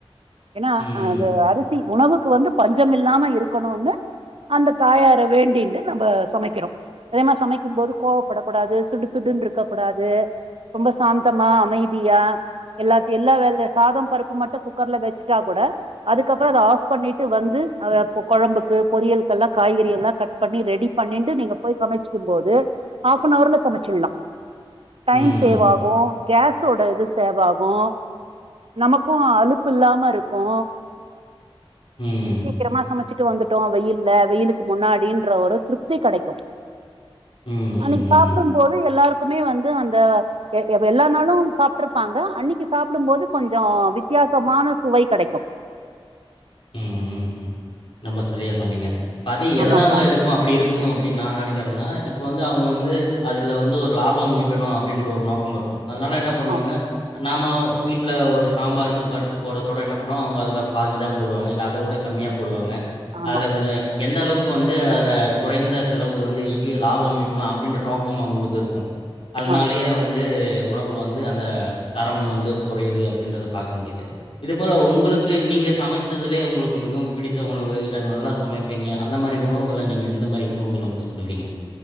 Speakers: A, on the right; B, on the left.
A: ஏனா
B: ம்,
A: அது அரி சி உணவுக்கு வந்து பஞ்சமில்லாம இருக்கணோன்னு அந்த தாயார வேண்டின்ட்டு நம்ப சமைக்கிறோ அதே மாரி சமைக்கும் போது கோவப்படக்கூடாது சுடு சுடுன்று க்க கூடாது ரொம்ப சாந்தமா அமைதியா எல்லாதி எல்லா வேல சாதம் பருப்பு மட்டு குக்கர்ல வெச்சுட்டா கூட அதுக்கப்பறோ அத ஆஃப் பண்ணிட்டு வந்து அத கொழம்புக்கு பொரியலுக்கெல்லா காய்கறி எல்லா கட் பண்ணி ரெடி பண்ணின்டு நீங்க போய் சமைச்சிக்கும் போது ஹாஃப் ஆன் ஹோர்ல சமைச்சிலா டைம்
B: ம், ம், ம்,
A: சேவ் ஆகோ கேஸோட இது சேவாகோ நமக்கோ அலுப்பு இல்லாம இருக்கோ
B: ம், ம், ம்,
A: சீக்கிரமா சமச்சிட்டு வந்துட்டோ வெயில்ல வெயிலுக்கு முன்னாடின்ற ஒரு திருப்தி கெடைக்கு
B: ம், ம்,
A: அன்னிக்கு
B: ம்,
A: சாப்புடும்
B: ம்.
A: போது எல்லாருக்குமே வந்து அந்த எ எல்லா நாளும் சாப்பிட்டுருப்பாங்க அன்னிக்கு சாப்புடும் போது கொஞ்சோ வித்தியாசமான சுவை கெடைக்கோ
B: ம், ம், ம். ரொம்ப செரியா சொன்னீங்க பாதி ஏதனால
A: ஆமாப்பா
B: இருக்கோ அப்டி இரு உ அப்டின்னு நா நெனக்கிறேனா இப்போ வந்து அவுங்க வந்து அதில்ல வந்து ஒரு லாபம் ஈட்டணும் அப்படின்ற ஒரு நோக்கம் வருக்கும் அதுனால என்னா பண்ணுவாங்க
A: ஆமா
B: நாமவ் வீட்ல ஒரு சாம்பாருக்கு பருப்பு போடுறதோட என்ன பண்ணுவோ அவுங்க அதுல பாதிதா போடுவாங்க இல்ல அத விட கம்மியா போடுவாங்க
A: ஆமா
B: அதுல கொஞ்சோ எந்த அளவுக்கு வந்து அதுல குறைந்த செலவு வந்து ஈட்டி லாபம் ஈட்டலா அப்டின்ற நோக்கம் அவுங்ளுக்கு இருக்கோ அதனாலயே
A: ஆமா
B: வந்து உணவுகள் வந்து அந்த தரம் வந்து குறைது அப்டின்றத பாக்க முடியுது இது போல உங்குளுக்கு நீங்க சமச்சுதிலே உங்குளுக்கு மிகவும் பிடித்த உணவு இல்ல நல்லா சமைப்பீங்க அந்த மாரி உணவுகள நீங்க எந்த மாரி உணவுகள வந்து சொல்லுவீங்க